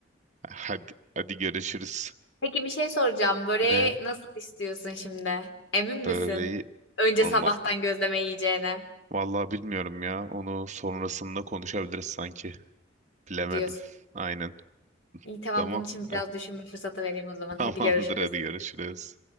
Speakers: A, on the right (about 40°); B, on the left (about 80°).
A: Hadi hadi görüşürüz.
B: Peki bir şey soracağım. Böreği
A: Ne?
B: nasıl istiyorsun şimdi? Emin
A: Böreği
B: misin? Önce
A: normal.
B: sabahtan gözleme yiyeceğine
A: Vallahi bilmiyorum ya. Onu sonrasında konuşabiliriz sanki. Bilemedim.
B: diyorsun.
A: Aynen.
B: İyi tamam
A: Tamam.
B: bunun için
A: <laughs>
B: biraz düşünme fırsatı vereyim o zaman.
A: Tamamdır
B: Hadi görüşürüz.
A: hadi görüşürüz.